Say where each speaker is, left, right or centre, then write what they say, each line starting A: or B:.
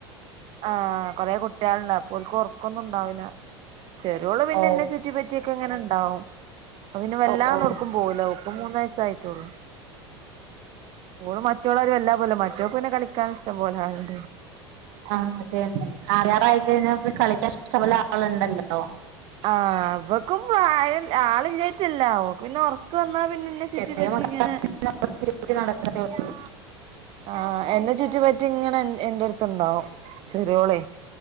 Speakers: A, on the right; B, on the right.
A: ആഹ് കൊറേ കുട്ട്യാളിണ്ട് അപ്പോ ഓല്ക്ക് ഒറക്കൊന്നുണ്ടാകില്ല ചെറിയോള് പിന്നെ
B: ഓ
A: ഇന്നെ ചുറ്റി പറ്റിയൊക്കെ ഇങ്ങനെ ഇണ്ടാവും അപ്പൊ പിന്നെ വല്ലാതൊന്നും
B: ഓ ഓ
A: എവ്ട്ക്കും പോകൂല ഇപ്പൊ മൂന്ന് വയസ് ആയിട്ടൊള്ളു ഓള് മറ്റോളെ മാരി വല്ലാതെ പോകുല മറ്റവക്ക് പിന്നെ കളിക്കാൻ ഇഷ്ടം പോലെ ആളിണ്ട്
B: ആഹ് അതെന്നെ ആകാറായി കഴിഞ്ഞാൽ കളിക്കാൻ ഇഷ്ട്ടം പോലെ ആളുണ്ടല്ലോ
A: ആഹ് അവക്കുംആയ ആളില്ലായിട്ടല്ല ഓൾക് പിന്നെ ഒറക്ക് വന്നാ പിന്നെ ന്നെ ചുറ്റിപറ്റി
B: ചെറിയ മക്കളെ
A: ഇങ്ങനെ
B: പിടികൂട്ടി നടക്കത്തേ
A: ന്താ
B: ഉള്ളൂ
A: ആ എന്നെ ചുറ്റി പറ്റി ഇങ്ങനെ എന്റെ അടുത്ത്ണ്ടാവും ചെറിയോളെ